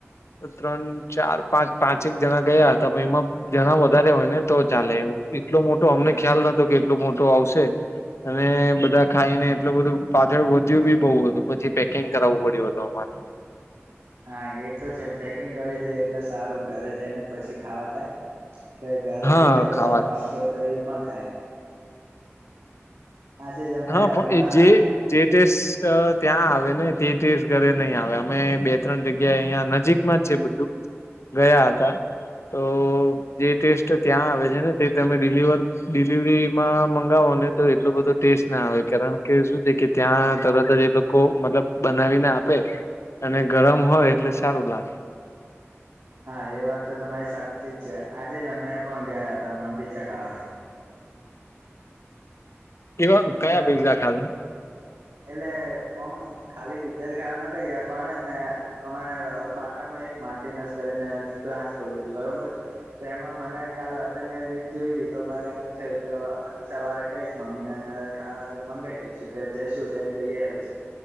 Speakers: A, on the left; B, on the right.
A: ત્રણ ચાર પાંચ પાંચક જણા ગયા હતા પણ એમાં જણા વધારે હોય ને તો ચાલે એટલો મોટો અમને ખ્યાલ નતો કે એટલો મોટો આવશે. અને બધા ખાઈ ને એટલું બધું પાછળ વધ્યું બી બઉ હતું પછી પેકિંગ કરાવવું પડ્યું હતું અમારે.
B: હા એ તો છે પેકિંગ કરી દે એટલે સારું ઘરે જઈને પછી ખાવા થાય. કે ઘરે
A: હા
B: બીજા બધાને
A: ખાવા
B: ભાવતો હતો એ પણ ખાય. આજે જ અમે
A: હા પણ
B: હમણાં
A: જે જે ટેસ્ટ ત્યાં આવે ને તે ટેસ્ટ ઘરે નહીં આવે અમે બે ત્રણ જગ્યા અહિયાં નજીક છે બધું, ગયા હતા તો જે ટેસ્ટ ત્યાં આવે છે ને તે તમે ડિલવર ડિલિવરીમાં મંગાવો ને તો એટલું બધું ટેસ્ટ ના આવે કારણ કે શું છે કે ત્યાં તરત જ જે લોકો મતલબ બનાવીને આપે અને ગરમ હોય એટલે સારું લાગે.
B: હા એ વાત તો તમારી સાચી જ છે આજે જ અમે પણ ગયા હતા હમણાં પીઝા ખાવા.
A: કેવા કયા
B: એટલે
A: પીઝા ખાધા?
B: એટલે ઓમ ખાલી પીજા જ ખાવા નથી ગયા પણ એને અમારે પાટણમાં એક માટીનસ કરીને બ્રાન્ચ ખોલી હતી બરોબર. તો એમાં મને કાલ રાતે મેં રીઝ જોઈ તી તો મને એમ થયું કે સવારે કઈશ મમ્મી ને તો ખાવા જે મંગાવ દઈશું કે જઈશું તો એને લઈ આવીશું.